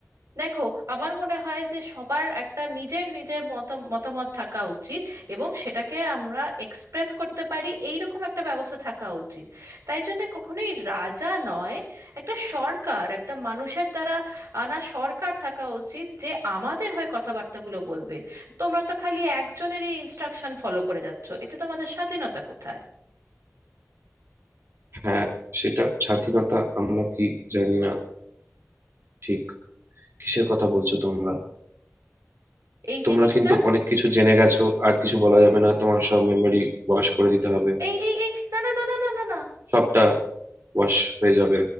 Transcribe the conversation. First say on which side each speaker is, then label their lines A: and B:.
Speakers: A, on the right (about 85°); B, on the right (about 55°).
A: দেখো আমার মনে হয় যে সবার একটা নিজের নিজের মত মতামত থাকা উচিত এবং সেটাকে আমরা এক্সপ্রেস করতে পারি এইরকম একটা ব্যবস্থা থাকা উচিত তাই জন্য কখনোই রাজা নয় একটা সরকার একটা মানুষের দ্বারা আনা সরকার থাকা উচিত যে আমাদের হয়ে কথাবার্তাগুলো বলবে তোমরা তো খালি একজনেরই ইনস্ট্রাকশন ফলো করে যাচ্ছো এতে তোমাদের স্বাধীনতা কোথায়
B: হ্যাঁ, সেটা স্বাধীনতা আমরা কি জানি না ঠিক কিসের কথা বলছো তোমরা
A: এই
B: তোমরা
A: জিনিসটা
B: কিন্তু অনেক কিছু জেনে গেছো আর কিছু বলা যাবে না তোমার সব মেমরি ওয়াশ করে দিতে হবে
A: এই এই এই না না না না না না না
B: সবটা ওয়াশ হয়ে যাবে